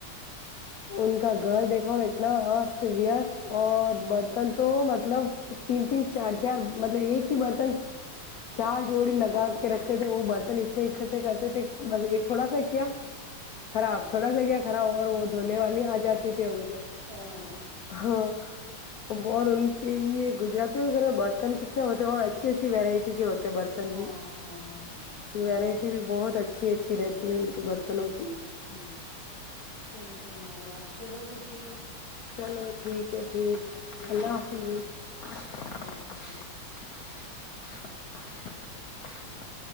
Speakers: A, on the left (about 65°); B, on the right (about 55°).
A: <unintelligible> ان کا گھر دیکھاؤ نا اتنا است وست اور برتن تو مطلب تین تین چار چار مطلب ایک ہی برتن چار جوڑی لگا کے رکھتے تھے وہ برتن اتنے اکٹھے کرتے تھے بس ایک تھوڑا سا کیا خراب تھوڑا سا کیا <unintelligible> خراب اور
B: ہوں
A: وہ دھونے والی آ جاتی <unintelligible> ت تے
B: ہاں
A: <unintelligible> ہاں ا اور ان <unintelligible> کہ یہ <unintelligible> گجاتی کے گھر میں برتن کتنے ہوتے اور اچھی اچھی وورائٹی کے ہوتے برتن
B: ہاں
A: بھی
B: ہاں ہے صحیح
A: ورائٹی
B: ہے
A: بھی بہت اچھی <unintelligible> اچھی اچھی رہتی ہے ان کے برتنوں کی
B: ہ صحیح فرما رہے آپ چلو تو پھر
A: چلو
B: آپ
A: ٹھیک
B: کی
A: ہے پھر
B: جاری رہے
A: اللہ
B: گی
A: حافظ <unintelligible>
B: اللہ حافظ
A: <inaudible>